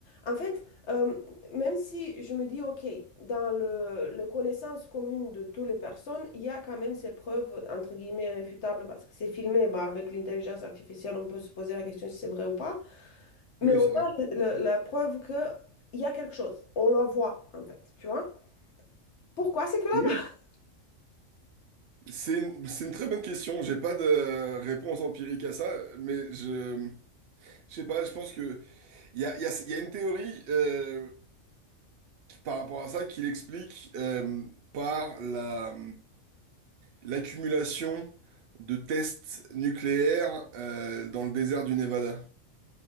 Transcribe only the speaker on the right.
Oui,
c'est
vrai.
Oui,
c'est une, c'est une très bonne question. J'ai pas de réponse empirique à ça, mais je, je sais pas, je pense que il y a, il y a- il y a une théorie euh, qui- par rapport à ça qui l'explique euh, par la, l'accumulation de tests nucléaires euh, dans le désert du Nevada.